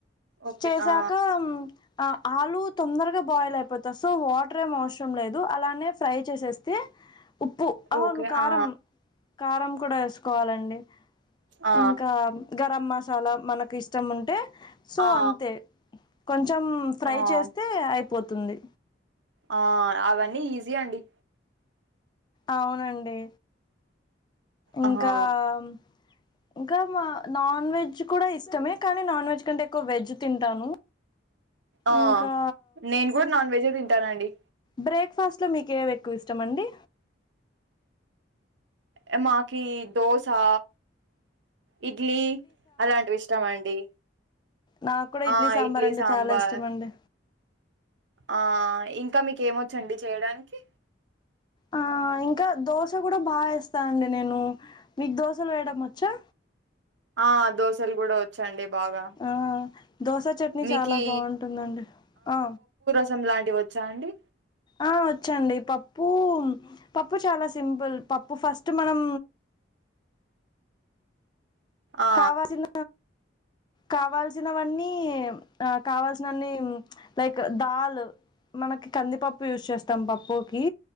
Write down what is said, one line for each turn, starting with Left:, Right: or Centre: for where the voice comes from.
Right: ఓకే
Left: చేసాక
Right: ఆ
Left: మ్మ్ అ ఆలు తొందరగా బాయిల్, అయిపోత సో వాటర్ ఏం అవసరం లేదు. అలానే ఫ్రై చేసేస్తే ఉప్పు అవును
Right: ఓకే
Left: కారం
Right: ఆ
Left: కారం కూడా వేసుకోవాలండి.
Right: ఆ
Left: ఇంకా గరం మసాలా, మనకు ఇష్టం. ఉంటే సో
Right: ఆ
Left: అంతే కొం చం ఫ్రై
Right: ఆ
Left: చేస్తే అయి పోతుంది.
Right: ఆ అవన్నీ ఈజీయండి.
Left: అవునండి. ఇంకా
Right: ఆహా
Left: మ్మ్ ఇంకా మా నాన్ వెజ్ కూడా ఇష్టమే కానీ నాన్ వెజ్ కంటే ఎక్కువ వెజ్ తింటాను.
Right: ఆ
Left: ఇంకా
Right: నేన్ కూడ్ నాన్ వెజే తిం టానండి.
Left: బ్రేక్ ఫాస్ట్ ట్లో మీకేవ్ ఎక్కువ ఇష్టం అండి.
Right: ఏమ్మాకీ దోసా ఇడ్లీ అలాంటివి ఇష్టమండి.
Left: నాకు కూడా
Right: ఆ
Left: సాంబార్
Right: ఇడ్లీ,
Left: అంటే
Right: సాంబార్
Left: చాలా ఇష్టం అండి
Right: ఆ ఇంకా మీకు ఏమొచ్చండి. చేయడానికి
Left: ఆ ఇంకా దోశ కూడా బాగేస్తానండి. నేను మీకు దోశలు వేయడం. వచ్చా
Right: ఆ దోసలు కూడా వచ్చండి. బాగా
Left: ఆ దోస, చట్నీ
Right: మీకి
Left: చాలా బాగుంటుందండి. ఆ
Right: <unintelligible> లాంటివి వచ్చా అండి.
Left: ఆ వచ్చండి. పప్పుమ్, పప్పు చాలా సింపుల్ పప్పు ఫస్ట్ మనం
Right: ఆ
Left: కావాల్సిన కావాల్సినవన్నీ, ఆ కావాల్సినన్ని హ్మ్ లైక్ దాల్ మనకి కందిపప్పు యూస్ చేస్తాం. పప్పుకి